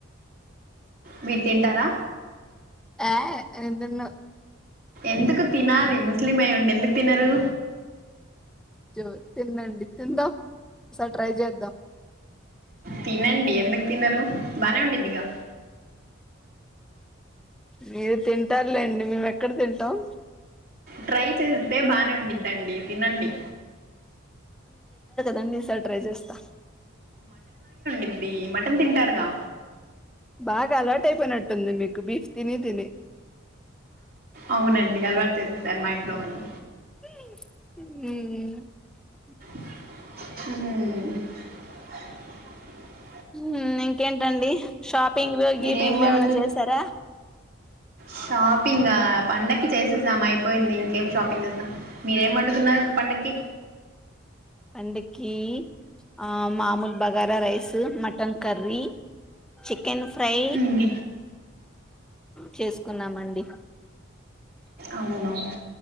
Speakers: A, on the right; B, in the centre.
A: మీరు తింటారా
B: ఏ నీను తిన్ను
A: ఎందుకు తినాలి ముస్లిం అయి ఉండి ఎందుకు తినరు
B: జో తింనండి తిందాం ఒకసారి ట్రై చేద్దాం
A: తినండి ఎందుకు తినరు బానే ఉండిద్దిగా
B: మీరు తింటారులేండి మేము ఏక్ ఎక్కడ తింటాం
A: ట్రై చేస్తే బానే ఉండిద్దండి తినండి
B: దండి ఈ సారి ట్రై చేస్తా
A: అీ మటన్ తింటారుగా
B: బాగా అలటై అయిపోయినట్టుంది మీకు బీఫ్ తిని తిని
A: అవునండి అలవాటు చేసేసారు మా ఇంట్లో వాళ్ళు
B: మ్
A: అ
B: మ్ ఇంకేంటండి షాపింగ్లు
A: మీరేం
B: గీపింగ్లు
A: వండు
B: ఏమనా చేసారా
A: షాపింగ్ గ పండక్కి చేసేసాం అయిపోయింది ఇంకేం షాపింగ్ చేస్తాం మీరేం వండుకున్నారు పండక్కి
B: పండక్కి ఆ మామూలు bagara rice mutton curry chicken fry
A: ఉమ్
B: చేసుకున్నామండి
A: అవునవును